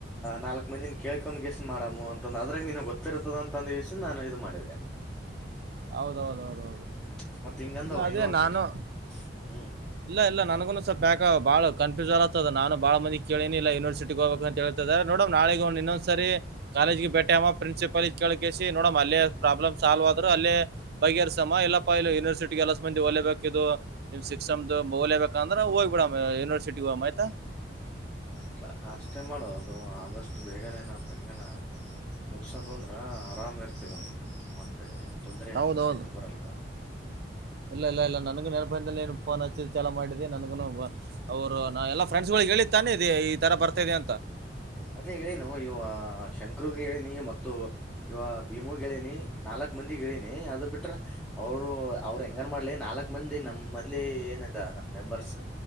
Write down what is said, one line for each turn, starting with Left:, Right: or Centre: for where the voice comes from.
Centre: ನಾಲ್ಕ್ ಮಂದಿನ ಕೇಳ್ಕೊಂಡ ವಿಶ್ ಮಾಡಮೂ ಅಂತ ಅದ್ರಾಗ ನಿನ್ಗ್ ಗೊತ್ತಿರ್ತ್ತತದ ಅಂತ ಅಂದುಸ ನಾನು ಇದು ಮಾಡಿದೆ
Right: ಹೌದೌದೌದೌದು
Centre: ಹ್ಮ್ ಮತ್ ಹಿಂಗಂದವ
Right: ಇಲ್ಲ
Centre: ಯೂನಿವರ್ಸಿಟಿ
Right: ಅದೇ ನಾನು
Centre: ಹ್ಮ್
Right: ಇಲ್ಲ ಇಲ್ಲ ನನ್ಗುನು ಸ್ವಲ್ಪ ಬಾಗ ಬಾಳ ಕನ್ಫ್ಯೂಸ್ ಆತ್ತತದ ನಾನು ಬಾಳ ಮಂದಿ ಕೇಳಿನಿಲ್ಲ ಯನಿವರ್ಸಟಿಗೆ ಹೋಗಬೇಕ ಅಂತ ಹೇಳದ ನೋಡ ನಳದಿನ ಇನ್ನೊಂದಸರಿ ಕಾಲೇಜ್ ಗೆ ಬೇೆಟಿಆಗಿ ಪ್ರಿನ್ಸಿಪಲ್ ಕೇಳ್ ಕಿಸಿ ನೋಡ್ನ ಅಲ್ಲಿ ಪ್ರಾಬ್ಲ್ ಸಾಲ್ವ್ ಆದ ಹ್ಮ ಅಲ್ಲೇ ಬಗೆಹರ್ಸಮ್ಮ ಇಲ್ಲಪ್ಪಾ ಇ ಯೂನಿವರ್ಸಿಟಿ ಎಲ್ಲ ಮಂದಿ ಓಲೇಹಾಕದು ಸಿಕ್ಸ್ ಸೆಂ ಓಲೆಗತ ಅಂದ್ರೆ ಹೋಗ್ಬ ಬಿಡೊದು ಯೂನಿವರ್ಸಿಟಿ ಮತ್ತ
Centre: ಇಲ್ಲ ಅಷ್ಟೇ ಮಾಡುವ ಅದು ಆದಷ್ಟು ಬೇಗನೆೇನ ಪೆಂಗನ ಮುಗಸೊಂಡ್ ಅಂದ್ರ ಆರಾಮ ಇರ್ತೇವ ಅಂದ ಮತ್ತೆ ನ್ ತೊಂದರೆಯನ್ನು
Right: ಹೌದೌದು
Centre: ಸಹಿತ ಬರಲ್ಲ
Right: ಇಲ್ಲ ಇಲ್ಲ ಇಲ್ಲ ನನಗು ನೆನಪದಲ್ಲಿ ನೀನು ಫೋನ್ ಹಚ್ಚಿ ಚಲ ಮಾಡಿದ್ದಿ ನನಗುೂ ಅವರು ನಾವು ಎಲ್ಲ ಫ್ರೆಂಡ್ಸ್ ಗಳಿಗೆ ಹೇಳಿ ತಾನೇ ಇದೆ ಈ ತರ ಬರ್ತಾದೆ ಅಂತ
Centre: ಅದೇ ಹೇಳನು ಇವ ಶಂಕರುಗ್ ಹೇಳಿನಿ ಮತ್ತು ಇವ ಭೀಮ ಹೇಳಿನಿ ನಾಲ್ಕ್ ಮಂದಿ ಹೇಳಿನಿ ಅದು ಬಿಟ್ರ ಅವರು ಅವ್ರರು ಹೆಂಗನ್ ಮಾಡ್ಲಿ ನಾಲ್ಕ್ ಮಂದಿ ನಮಲ್ಲಿ ಏನಯತ ನಮ್ ಮೆಂಬರ್ಸ್